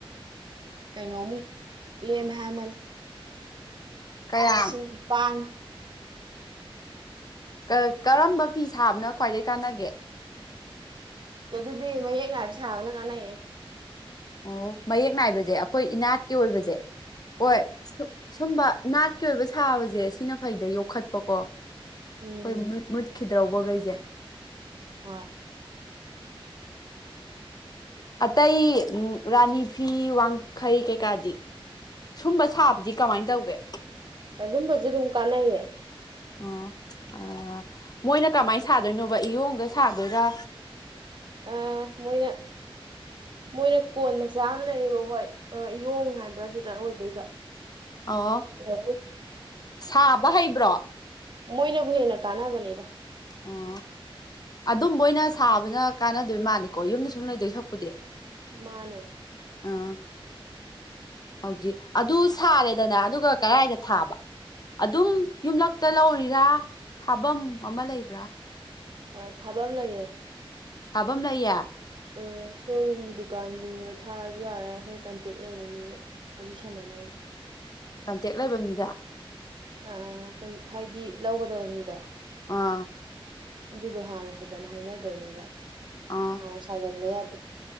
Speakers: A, on the right (about 55°); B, on the left (about 45°).
A: ꯀꯩꯅꯣꯃꯨꯛ ꯂꯦꯝ ꯍꯥꯏꯃ
B: ꯀꯌꯥꯝ
A: ꯂꯤꯁꯤꯡ ꯅꯤꯄꯥꯟ
B: ꯀ ꯀꯔꯝꯕ ꯐꯤ ꯁꯥꯕꯅ ꯈ꯭ꯋꯥꯏꯗꯒꯤ ꯀꯥꯟꯅꯒꯦ
A: ꯑꯗꯨꯗꯤ ꯃꯌꯦꯛ ꯅꯥꯏꯕ ꯁꯥꯕꯅ ꯀꯥꯟꯅꯩꯌꯦ
B: ꯑꯣ ꯃꯌꯦꯛ ꯅꯥꯏꯕꯁꯦ ꯑꯩꯈꯣꯏ ꯏꯅꯥꯠꯀꯤ ꯑꯣꯏꯕꯁꯦ ꯍꯣꯏ ꯁꯨꯝꯕ ꯅꯥꯠꯀꯤ ꯑꯣꯏꯕ ꯁꯥꯕꯁꯦ ꯁꯤꯅ ꯐꯩꯗ ꯌꯣꯛꯈꯠꯄꯀꯣ
A: ꯎꯝ
B: ꯍꯣꯏ ꯃꯨꯠ ꯃꯨꯠꯈꯤꯗꯧꯕꯈꯩꯁꯦ
A: ꯍꯣꯏ
B: ꯑꯇꯩ ꯎꯝ ꯔꯥꯅꯤ ꯐꯤ ꯋꯥꯡꯈꯩ ꯀꯩꯀꯥꯗꯤ ꯁꯨꯝꯕ ꯁꯥꯕꯗꯤ ꯀꯃꯥꯏꯅ ꯇꯧꯒꯦ
A: ꯑꯗꯨꯝꯕꯁꯨ ꯑꯗꯨꯝ ꯀꯥꯟꯅꯩꯌꯦ
B: ꯑꯣ ꯑ ꯃꯣꯏꯅ ꯀꯃꯥꯏꯅ ꯁꯥꯗꯣꯏꯅꯣꯕ ꯏꯌꯣꯡꯗ ꯁꯥꯗꯣꯏꯔꯥ
A: ꯑꯥ ꯃꯣꯏꯅ ꯃꯣꯏꯅ ꯀꯣꯟ ꯃꯆꯥ ꯑꯃ ꯂꯩꯌꯦꯕ ꯍꯣꯏ ꯏꯌꯣꯡ ꯍꯥꯏꯕ꯭ꯔꯥ ꯑꯗꯨꯗ ꯑꯣꯏꯗꯣꯏꯕ
B: ꯑꯣ
A: ꯑꯣ
B: ꯁꯥꯕ ꯍꯩꯕ꯭ꯔꯣ
A: ꯃꯣꯏꯅꯕꯨ ꯍꯦꯟꯅ ꯀꯥꯟꯅꯕꯅꯤꯗ
B: ꯑꯣ ꯑꯗꯨꯝꯕ ꯑꯣꯏꯅ ꯁꯥꯕꯅ ꯀꯥꯟꯅꯗꯣꯏ ꯃꯥꯜꯂꯤꯀꯣ ꯌꯨꯝꯗ ꯁꯨꯝ ꯂꯩꯗꯣꯏ ꯁꯔꯨꯛꯄꯨꯗꯤ
A: ꯃꯥꯅꯦ
B: ꯑꯥ ꯍꯧꯖꯤꯛ ꯑꯗꯨ ꯁꯥꯔꯦꯗꯅ ꯑꯗꯨꯒ ꯀꯔꯥꯏꯗ ꯊꯥꯕ ꯑꯗꯨꯝ ꯌꯨꯝꯂꯛꯇ ꯂꯧꯔꯤꯔꯥ ꯊꯥꯐꯝ ꯑꯃ ꯂꯩꯕ꯭ꯔꯥ
A: ꯑ ꯊꯥꯕꯥꯝ ꯂꯩꯌꯦ
B: ꯊꯥꯐꯝ ꯂꯩꯌꯦ
A: ꯎꯝ ꯁꯣꯔꯨꯝꯒꯤ ꯗꯨꯀꯥꯟꯒꯨꯝꯕꯗ ꯊꯥꯔꯁꯨ ꯌꯥꯔꯦ ꯑꯩꯈꯣꯏ ꯀꯟꯇꯦꯛ ꯂꯩꯕꯅꯤꯅ ꯋꯥꯔꯤ ꯁꯅꯥ ꯗꯧ
B: ꯀꯟꯇꯦꯛ ꯂꯩꯕ ꯃꯤꯗ
A: ꯑ ꯑ ꯑꯩꯈꯣꯏ ꯍꯥꯏꯗꯤ ꯂꯧꯒꯗꯕ ꯃꯤꯗꯣ
B: ꯑꯥ
A: ꯑꯗꯨꯗꯣ ꯍꯥꯟꯅ ꯐꯖꯅ ꯍꯥꯏꯅꯗꯣꯏꯅꯦꯕ
B: ꯑꯥ
A: ꯍꯥꯟꯅ ꯁꯥꯖꯟꯕ ꯌꯥꯗꯦ